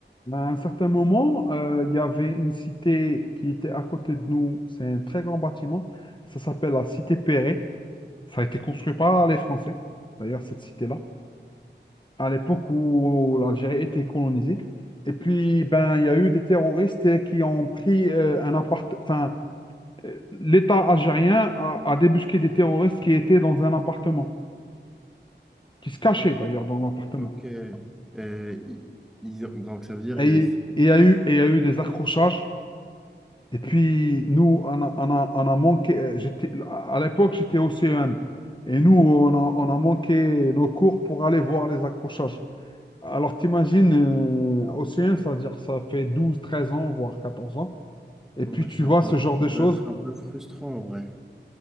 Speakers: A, on the left; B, in the centre.
A: à un certain moment, euh, il y avait une cité qui était à côté de nous, c'est un très grand bâtiment, ça s'appelle la cité Perret, ça a été construit par les Français, d'ailleurs cette cité-là. à l'époque où l'Algérie était colonisée. Et puis, ben, il y a eu des terroristes qui ont pris euh, un appart... Enfin, euh, l'État algérien a, a débusqué des terroristes qui étaient dans un appartement, qui se cachaient
B: O-
A: d'ailleurs dans l'appartement.
B: Ok. Euh, ils- ils ont- donc ça veut dire,
A: Et
B: euh, c'est-
A: et il y a eu, et il y a eu des accrochages. Et puis, nous, on a, on a, on a manqué... euh, J'étais, à l'époque, j'étais au CEM. Et nous, on a, on a manqué nos cours pour aller voir les accrochages. Alors, t'imagines, euh, océan, c'est-à-dire ça fait 12, 13 ans, voire 14 ans, et puis
B: ouais,
A: tu
B: ça
A: vois
B: peut,
A: ce genre
B: ça
A: de choses.
B: peut être un peu frustrant en vrai.